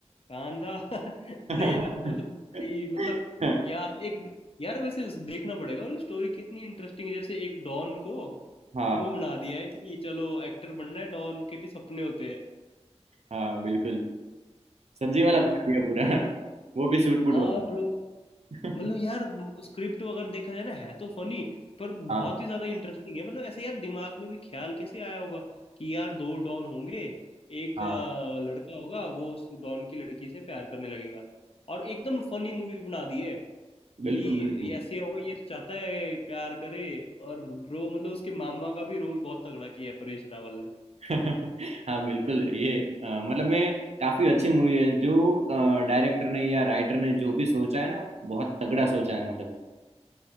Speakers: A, on the left; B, on the right.
A: कांदा <laughs>
B: <laughs>
A: ले लो मतलब भाई मतलब क्या एक यार वैसे देखना पड़ेगा मतलब स्टोरी कितनी इंटरेस्टिंग है जैसे एक डॉन को
B: हाँ
A: वो बना दिया है कि चलो एक्टर बनना है डॉन के भी सपने होते हैं
B: हाँ बिल्कुल सब्जी वाला
A: हाँ
B: बना
A: तो
B: दिया पूरा <laughs> वो भी सूट बूट
A: हाँ
B: वाला
A: ब्रो
B: <laughs>
A: मतलब यार स्क्रिप्ट अगर देखा जाए ना है तो फनी पर
B: हाँ
A: बहुत ही ज्यादा इंटरेस्टिंग है मतलब ऐसे यार दिमाग में भी ख्याल कैसे आया होगा कि यार दो डॉन होंगे एक
B: हाँ
A: अ, लड़का होगा वो उस डॉन की लड़की से प्यार करने लगेगा और एकदम फनी मूवी बना दी है कि
B: बिल्कुल बिल्कुल
A: ऐसे होगा ये तो चाहता है प्यार करे और ब्रो मतलब उसके मामा का भी रोल बहुत तगड़ा किया है परेश रावल ने
B: <laughs> हाँ बिल्कुल ये अ, मतलब मैं काफी अच्छी मूवी है जो डायरेक्टर ने या राइटर ने जो भी सोचा है ना बहुत तगड़ा सोचा है मतलब